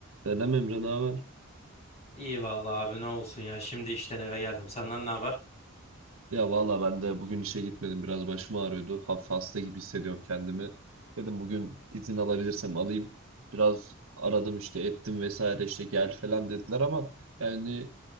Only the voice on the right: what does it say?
Selam Emre, ne haber?
Ya valla ben de bugün işe gitmedim. Biraz başım ağrıyordu. Hafif hasta gibi hissediyorum kendimi. Dedim bugün izin alabilirsem alayım. Biraz aradım işte ettim vesaire işte gel falan dediler ama yani